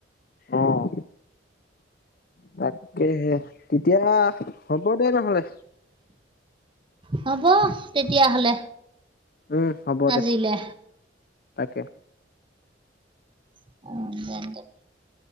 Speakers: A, on the left; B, on the right.
A: আহ। তাকেহে তেতিয়া হ'ব দে নহলে
B: হ'ব তে তেতিয়াহ'লে
A: উম হ'ব দে।
B: আজিলে।
A: তাকে
B: <unintelligible>